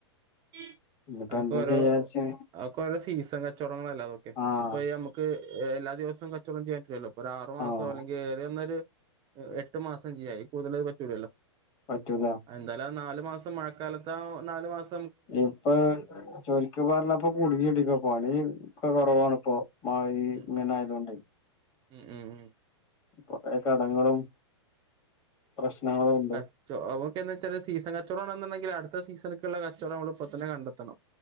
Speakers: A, on the right (about 30°); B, on the left (about 35°).
A: ഉ
B: ഇനിയിപ്പോ
A: അതക്ക
B: എന്താ
A: ഓരോ
B: ചെയ്യാച്ച്
A: അവക്ക ഓരോ സീസൺ കച്ചവടങ്ങളല്ല അതൊക്കെ
B: ആഹ്
A: ഇപ്പോൊ നമുക്ക് എല്ലാ ദിവസ കച്ചവടം ചെയ്യേണ്ടിില്ലല്ലോപ്പോ ഒരു ആറ് മാസം
B: ആഹ്
A: അല്ലെങ്കിൽ ഏ വന്നരു എട്ട് മാസം ചെയ്യായി കൂതൽത് പറ്റൂലല്ലോ
B: പറ്റൂല
A: എന്തായാലും നാലും മഴക്കാലത്ത നാല് മാസ
B: ഇപ്പൊ ചൊരിക്ക പറല്ലപ്പ കുടുങ്ങിടിക്ക പോണി ഒ കുറവാാണ് ഇപ്പൊ മഴ
A: ഉം
B: ഇങ്ങനെയതൊണ്ട്
A: ഉം ഉം ഉം ഉം
B: പഴയ കടങ്ങളും പ്രശ്നങ്ങളും ഉണ്ട്
A: കച്ചോ നമുക്ക എാ വച്ചാല് സീസൻ കച്ചോടാണെന്നുണ്ടെങ്കിൽ അ ത്തെ സീസണക്കുള്ള കച്ചവടം നമ്മ ഇപ്പ തന്നെ കണ്ടെത്തണം